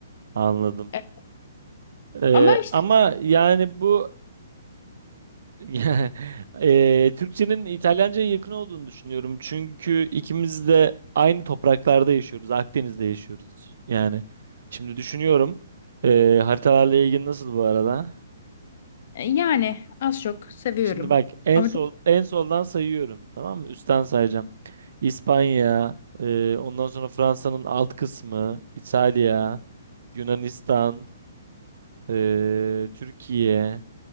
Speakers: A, on the right; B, on the left.
A: Anladım.
B: E,
A: Ee,
B: Ama işte
A: ama yani bu <laughs> Ya, eee, Türkçenin İtalyanca'ya yakın olduğunu düşünüyorum. Çünkü ikimiz de aynı topraklarda yaşıyoruz. Akdeniz'de yaşıyoruz. Yani şimdi düşünüyorum. Eee, haritalarla ilgili nasıl bu arada?
B: e, yani az çok seviyorum.
A: Şimdi bak en
B: ama
A: sol
B: çok
A: en soldan sayıyorum. Tamam mı? Üstten sayacağım. İspanya, eee, ondan sonra Fransa'nın alt kısmı, İtalya, Yunanistan, eee, Türkiye,